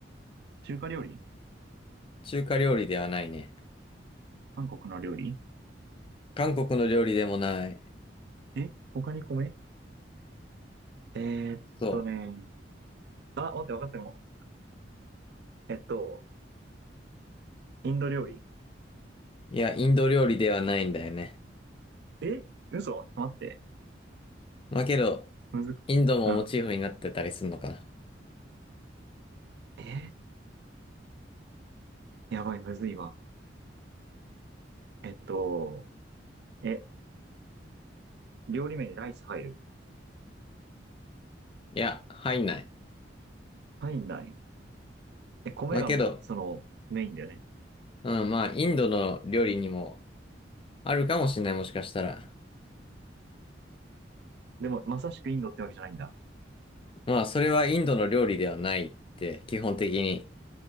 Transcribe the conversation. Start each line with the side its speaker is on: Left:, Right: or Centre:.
Right: 中華料理
Left: 中華料理ではないね。
Right: 韓国の料理
Left: 韓国の料理でもない。
Right: え他に米えーっとね。
Left: そう。
Right: あ、待って、分かったも。えっと、インド料理。
Left: いや、インド料理ではないんだよね。
Right: え嘘ちょっと待って。
Left: まあけど、
Right: むずく、
Left: インドもモチーフになってたりするのかな。
Right: うん。えー、やばい、むずいわ。えっと、え、料理名にライス入る
Left: いや、入んない。
Right: 入んない。え、米が、
Left: まあけど、
Right: その、メインだよね。
Left: うん、まあ、インドの料理にもあるかもしれない、もしかしたら。
Right: でも、まさしくインドってわけじゃないんだ。
Left: まあ、それはインドの料理ではないって基本的に